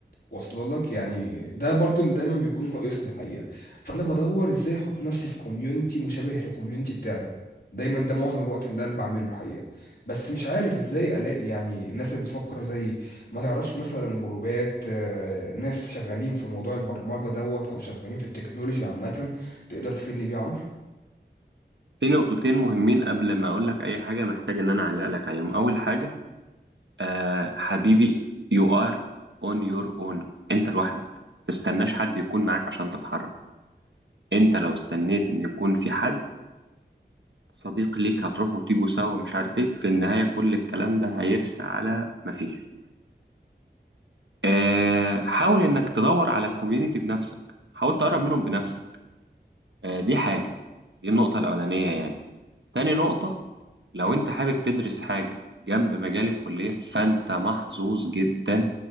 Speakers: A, on the left (about 60°); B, on the right (about 85°).
A: واصله لك يعني ده برضو اللي دايما بيكون ناقصني الحقيقه فانا بدور ازاي احط نفسي في كوميونتي مشابه للكوميونتي بتاعي دايما ده معظم الوقت اللي ده اللي بعمله الحقيقه بس مش عارف ازاي الاقي يعني الناس اللي بتفكر زيي ما تعرفش مثلا جروبات آه، ناس شغالين في موضوع البرمجه دوت او شغالين في التكنولوجيا عامه تقدر تفيدني بيه يا عمرو
B: في نقطتين مهمين قبل ما اقول لك اي حاجه محتاج ان انا اعلق لك عليهم اول حاجه آه حبيبي you are on your own انت لوحدك تستناش حد يكون معاك عشان تتحرك انت لو استنيت ان يكون في حد صديق ليك هتروحوا وتيجوا سوا مش عارف ايه في النهايه كل الكلام ده هيرسى على مفيش آه، حاول انك تدور على الكوميونتي بنفسك حاول تقرب منهم بنفسك آه، دي حاجة دي النقطة الأولانية يعني تاني نقطة لو انت حابب تدرس حاجة جنب مجال الكلية فانت محظوظ جدا